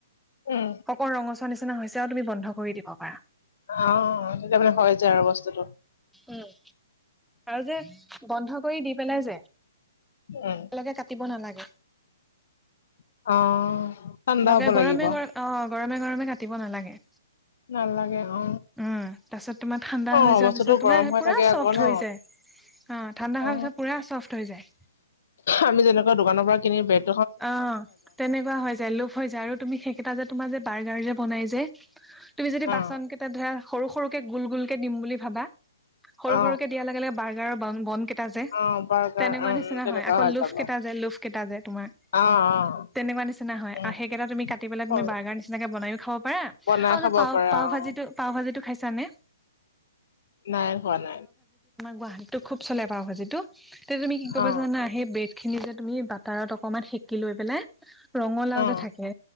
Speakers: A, on the left; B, in the centre.
A: উম
B: অকন ৰঙচুৱা নিচিনা হৈছে আৰু তুমি বন্ধ কৰি দিব পাৰা।
A: অ তেতিয়া মানে হৈ যায় আৰু বস্তুটো
B: উম, আৰু যে বন্ধ কৰি দি পেলাই যে একেলগে
A: উম
B: কাটিব নালাগে।
A: অ ঠাণ্ডা
B: লগে
A: হব
B: গৰমে
A: লাগিব
B: গৰম, অ' গৰমে-গৰমে কাটিব নালাগে।
A: নালাগে। অ
B: উম, তাৰপিছত তোমাৰ ঠাণ্ডা
A: অ'
B: হৈ যোৱাৰ
A: বস্তুটো
B: পিছত তোমাৰ
A: গৰম হৈ
B: পুৰা
A: থাকে
B: চফ্ট
A: আকৌ ন'?
B: হৈ যায়। ঠাণ্ডা হোৱাৰ
A: অ
B: পিছত পুৰা চফ্ট হৈ যায়।
A: আমি যেনেকুৱা দোকানৰ পৰা কিনি ব্ৰেড
B: অ তেনেকুৱা হৈ যায় লোভ হৈ যায় আৰু তুমি সেইকেইটা যে তোমাৰ যে বাৰ্গাৰ যে বনাই যে তুমি যদি বাচন
A: অ
B: কেইটা ধৰা সৰু-সৰুকে, গোল-গোল কে দিম বুলি ভাবা সৰু
A: অ
B: সৰুকে দিয়া লগে লগে বাৰ্গাৰৰ বান বন কে তাও যে
A: অ বাৰ্গাৰ
B: তেনেকুৱা
A: উম
B: নিচিনা
A: তেনেকুৱা
B: হয় আকৌ
A: হৈ
B: লোফ
A: যাব
B: কেইটা যে লোভ কেইটা যে তোমাৰ
A: অ অ।
B: তেনেকুৱা নিচিনা হয়
A: উম
B: আৰু সেইকেইটা তুমি কাটি পেলাই
A: কৰো
B: তুমি বাৰ্গাৰ নিচিনাকে বনাইও খাব পাৰা। আও
A: বনাই খাব
B: যে পাও,
A: পাৰা
B: পাও ভা-
A: অ
B: ভাজিটো পাউ ভাজিটো খাইছা নে
A: নাই হোৱা নাই
B: গুৱাহাটীটো খুব চলে পাউ ভাজিটো। তে' তুমি কি কৰিবা
A: অ
B: জানা সেই ব্ৰেড খিনি যে তুমি বাটাৰত অক- অকমান সেকি লৈ পেলাই ৰঙালাও
A: অ
B: যে থাকে,